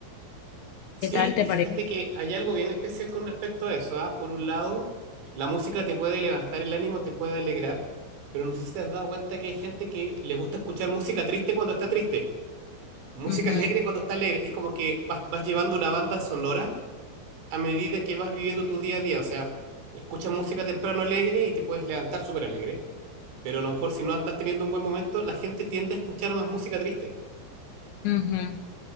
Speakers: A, on the right; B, on the left.
A: Sí,
B: ¿Qué tal te
A: y
B: parece?
A: fíjate que hay algo bien especial con respecto a eso, ¿ah? Por un lado, la música te puede levantar el ánimo, te puede alegrar, pero no sé si te has dado cuenta que hay gente que le gusta escuchar música triste cuando está triste, música
B: Ujú,
A: <laughs> alegre cuando está alegre. Es como que vas, vas llevando una banda sonora a medida que vas viviendo tu día a día. O sea, escuchas música temprano alegre y te puedes levantar súper alegre, pero a lo mejor si no andas teniendo un buen momento, la gente tiende a escuchar más música triste.
B: ujú.